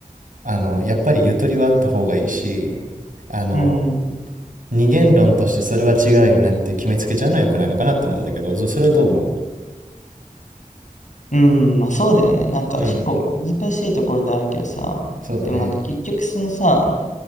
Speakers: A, on the right (about 70°); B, on the left (about 60°).
A: あの、やっぱりゆとりはあった方がいいし、あの、
B: うん、
A: 二元論としてそれは違うよねって決めつけちゃうのは良くないのかなと思うんだけど、そそれはどう思
B: うん、まあそうだよね。なんか結構難しいところであるけどさ、
A: ううん。そうだね。
B: でもなんか結局そのさ、